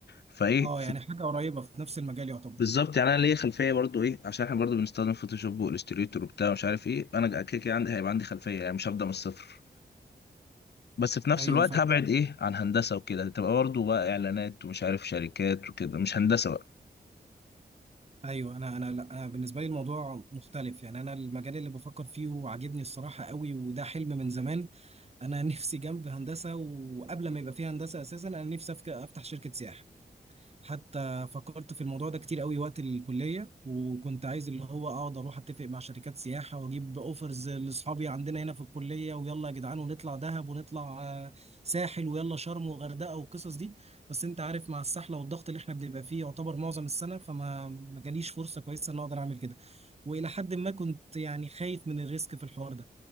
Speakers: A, on the left; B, on the right.
A: فايه
B: اه يعني حاجه قريبه في نفس المجال يعتبر
A: بالظبط يعني انا ليا خلفيه برضو ايه عشان احنا برضو بنستخدم فوتوشوب والستريتور وبتاع مش عارف ايه انا كده كده عندي هيبقى عندي خلفيه يعني مش هبدا من الصفر بس في نفس
B: ايوه
A: الوقت
B: فا
A: هبعد ايه عن هندسه وكده تبقى برضو بقى اعلانات ومش عارف شركات وكده مش هندسه بقى
B: ايوه انا انا لا انا بالنسبه لي الموضوع مختلف يعني انا المجال اللي بفكر فيه وعاجبني الصراحه قوي وده حلم من زمان انا <laughs> نفسي جنب هندسه وقبل ما يبقى فيه هندسه اساسا انا نفسي أفك- افتح شركه سياحه حتى فكرت في الموضوع ده كتير قوي وقت الكلية وكنت عايز اللي هو اقعد اروح اتفق مع شركات سياحة واجيب اوفرز لاصحابي عندنا هنا في الكلية ويلا يا جدعان ونطلع دهب ونطلع آه، ساحل ويلا شرم وغردقة والقصص دي بس انت عارف مع السحلة والضغط اللي احنا بنبقى فيه يعتبر معظم السنة فما ما جاليش فرصة كويسة ان اقدر اعمل كده والى حد ما كنت يعني خايف من الريسك في الحوار ده